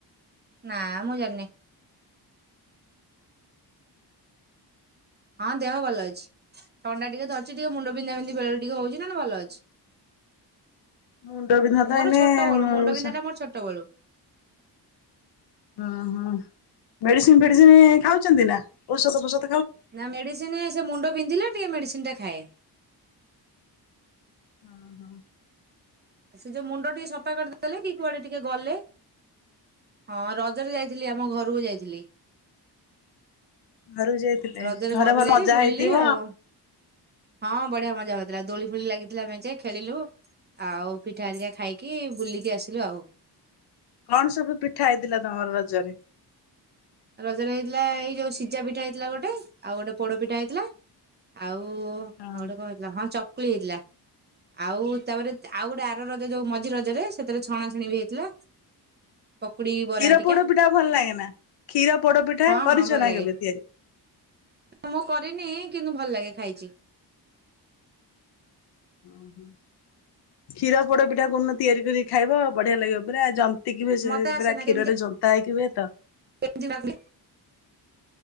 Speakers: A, on the right; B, on the left.
A: ନା ମୁଁ ଜାଣିନି। ହଁ ଦେହ ଭଲ ଅଛି ଥଣ୍ଡା ଟିକେ ଧରିଛି। ଟିକେ ମୁଣ୍ଡ ବିିନ୍ଧା ବିିନ୍ଧି ବେଳ ଟିକେ ହଉଛି, ନ ନେ ଭଲ ଅଛି।
B: ମୁଣ୍ଡ ବିିନ୍ଧା ତ
A: ମୋର
B: ଏଇନେଁ
A: ଛୋଟ ବେଳୁ ମୁଣ୍ଡ ବିନ୍ଧା
B: ସ
A: ଟା ମୋର ଛୋଟ ବେଳୁ
B: ଓହୋ! ମେଡିସିନ୍ ଫେଡିସିନ୍ ଖାଉଛନ୍ତି ନା ଔଷଧ ଫଷଧ
A: ନା ମେଡିସିନ ସେ ମୁଣ୍ଡ ବିନ୍ଧିଲେ, ଟିକେ ମେଡିସିନ ଟା ଖାଏ।
B: ଅଁ ହୋ।
A: ସେ ଯୋଉ ମୁଣ୍ଡ ଟିକେ ସଫା କରିଦେଲେ, କି କୁଆଡେ ଟିକେ ଗଲେ। ହଁ ରଜରେ ଯାଇଥିଲି ଆମ ଘରକୁ ଯାଇଥିଲି।
B: ଘରକୁ ଯାଇଥିଲେ
A: ରଜରେ
B: ଘରେ
A: ଘରକୁ
B: ଭଲ
A: ଯାଇ
B: ମଜା
A: ବୁଲିଲି
B: ହେଇଥିବ
A: ଆଉ ହଁ ବ ବଢଆ ମଜା ହଉଥିଲା ଦୋଳି ଫୋଳି ଲାଗିଥିଲା ମେଜେ ଖେଳିଲୁ ଆଉ। ପିଠା ଆରିକା ଖାଇକି ବୁଲିକି ଆସିଲୁ ଆଉ।
B: କଣ ସବୁ ପିଠା ହେଇଥିଲା ତମର ରଜରେ?
A: ରଜରେ ହେଇଥିଲା ଏଇ ଯୋଉ ସିଝା ପିଠା ହେଇଥିଲା ଗୋଟେ ଆଉ ଗୋଟେ ପୋଡପିଠା ହେଇଥିଲା ଆଉ। ଓ ଆଉ
B: ହଁ
A: ଗୋଟେ କ ହେଥିଲା ହଁ ଚକୁଳି ହେଇଥିଲା। ଆଉ ତାପରେ ଆଉ ଗୋଟେ ଆର ରଜ ଯୋଉ ମଝି ରଜରେ ସେଥିରେ ଛଣା ଛଣି ବି ହେଇଥିଲା।
B: <unintelligible>
A: ପକୁଡି ବରା
B: କ୍ଷୀର
A: ହେରିକା
B: ପୋଡ ପିଟା ଭଲ ଲାଗେ ନା? କ୍ଷୀର ପୋଡପିଠା
A: ହଁ
B: କରିଛ
A: ହଁ ଭଲ
B: ନା
A: ଲାଗେ
B: କେବେ ତିଆରି?
A: ମୁଁ କରିନି କିନ୍ତୁ ଭଲ ଲାଗେ ଖାଇଛି।
B: <unintelligible> କ୍ଷୀର ପୋ ପିଟା କ ତିଆରି କରି ଖାଇବ ବଢିଆ ଲାଗିବ ପୁରାନ୍ତିିକି
A: ମତେ ଆସେ
B: ପୁର
A: ନା
B: କ୍ଷୀରରେ
A: କେମିତି
B: ଜନ୍ତା ହେଇକି <unintelligible>
A: <unintelligible>